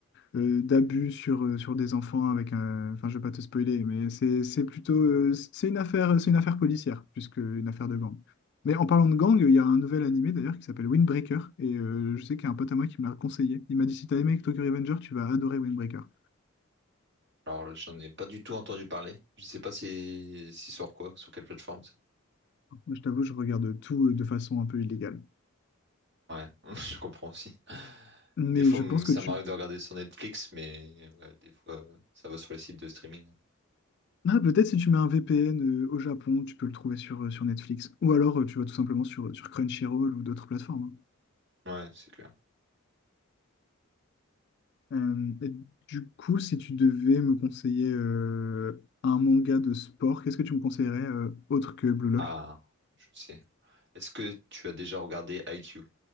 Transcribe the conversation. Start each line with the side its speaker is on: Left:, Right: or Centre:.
Left: euh, d'abus sur, euh, sur des enfants avec un... Enfin, je vais pas te spoiler, mais c'est c'est plutôt... euh, c'est une affaire, c'est une affaire policière, plus qu'une affaire de gang. Mais en parlant de gang, il y a un nouvel animé d'ailleurs qui s'appelle Windbreaker, et euh, je sais qu'il y a un pote à moi qui me l'a conseillé. Il m'a dit, si t'as aimé Tokyo Revenger, tu vas adorer Windbreaker.
Right: Alors, j'en ai pas du tout entendu parler. Je sais pas si c'est sur quoi, sur quelle plateforme ça.
Left: Je t'avoue, je regarde tout euh, de façon un peu illégale.
Right: Ouais, <laughs> je comprends aussi.
Left: Mais
Right: Des fois,
Left: je
Right: m-
Left: pense que
Right: ça
Left: tu...
Right: m'arrive de regarder sur Netflix, mais ouais, des fois, ça va sur les sites de streaming.
Left: Ah, peut-être si tu mets un VPN euh, au Japon, tu peux le trouver sur, euh, sur Netflix. Ou alors, euh, tu vas tout simplement sur, euh, sur Crunchyroll ou d'autres plateformes.
Right: Ouais, c'est clair.
Left: hein. Euh, et du coup, si tu devais me conseiller euh, un manga de sport, qu'est-ce que tu me conseillerais euh, autre que Blue Lock?
Right: Ah, je sais. Est-ce que tu as déjà regardé IQ?